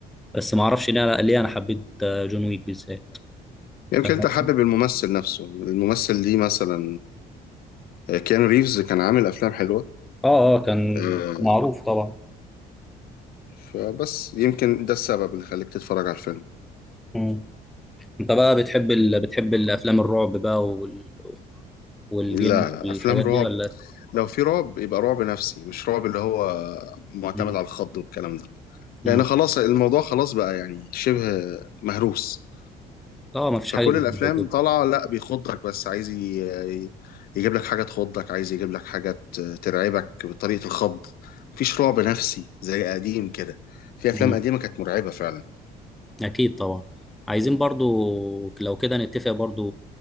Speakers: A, in the centre; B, on the left (about 60°).
A: بس ما اعرفش ليه انا ليه انا حبيت آه، جون ويك بالذات
B: يمكن
A: فاهم
B: انت
A: قصدي؟
B: حابب الممثل نفسه الممثل ليه مثلا آه، كيانو ريفز كان عامل افلام حلوه
A: اه اه كان
B: آه،
A: معروف طبعا
B: فبس يمكن ده السبب اللي خليك تتفرج على الفيلم
A: مم. انت بقى بتحب ال... بتحب الافلام الرعب بقى وال... والجن
B: لا لا
A: والحاجات
B: افلام رعب
A: دي ولا
B: لو في رعب يبقى رعب نفسي مش رعب اللي هو معتمد
A: مم.
B: على الخض والكلام ده
A: مم.
B: لان خلاص الموضوع خلاص بقى يعني شبه مهروس
A: اه ما فيش
B: فكل
A: حاجه جديده
B: الافلام
A: وكده
B: طالعه لا بيخضك بس عايز ي- يجيب لك حاجه تخضك عايز يجيب لك حاجه ت- ترعبك بطريقه الخض مفيش رعب نفسي زي قديم كده في افلام
A: مم.
B: قديمه كانت مرعبه فعلا
A: اكيد طبعا عايزين برضو لو كده نتفق برضو